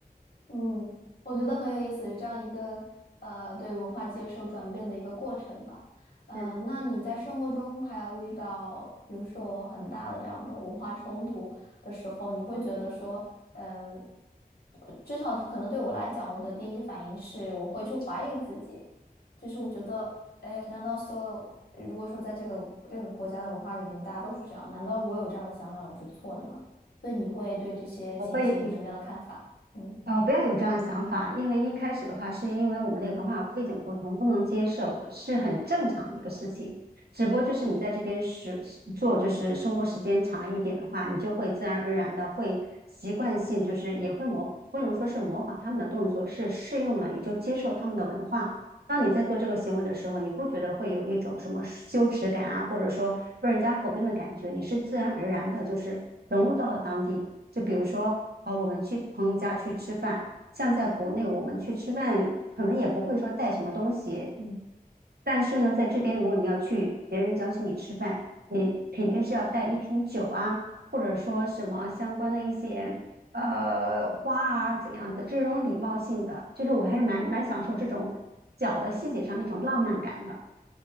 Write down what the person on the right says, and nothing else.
<laughs> 嗯，
我会
呃，不要有这样的想法，因为一开始的话，是因为我们的文化背景不同，不能接受，是很正常的一个事情。只不过就是你在这边时做，就是生活时间长了一点的话，你就会自然而然的会习惯性，就是也会模，不能说是模仿他们的动作，是适用了，也就接受他们的文化。当你在做这个行为的时候，你不觉得会有一种什么羞耻感啊，或者说被人家否定的感觉，你是自然而然的，就是融入到了当地。就比如说，呃，我们去朋友家去吃饭，像在国内我们去吃饭，可能也不会说带什么东西，嗯但是呢，在这边如果你要去别人邀请你吃饭，你肯定是要带一瓶酒啊，或者说什么相关的一些呃花啊怎样的这种礼貌性的，就是我还是蛮蛮享受这种小的细节上那种浪漫感的。